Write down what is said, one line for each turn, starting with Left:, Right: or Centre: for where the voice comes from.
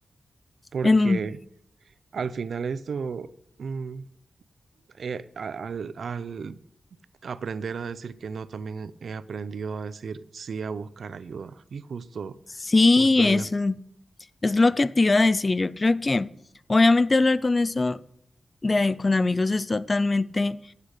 Right: porque
Left: Em,
Right: al final esto... mm, eh, a- al, al aprender a decir que no, también he aprendido a decir sí, a buscar ayuda. Y justo,
Left: sí,
Right: justo
Left: eso.
Right: es la...
Left: Es lo que te iba a decir. Yo creo que obviamente hablar con eso de ahí con amigos es totalmente,